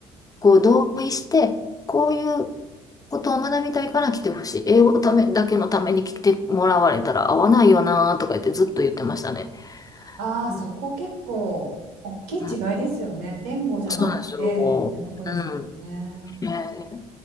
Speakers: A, on the left; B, on the right.
A: こう同意して、こういうことを学びたいから来てほしい。英語ためだけのために来てもらわれたら合わないよなとか言ってずっと言ってましたね。
B: ああ、
A: うん、
B: そこ結構大きい違いですよね。
A: うん
B: 言語じゃなくてっていうとこですもんね。
A: そうなんですよ。うん。えー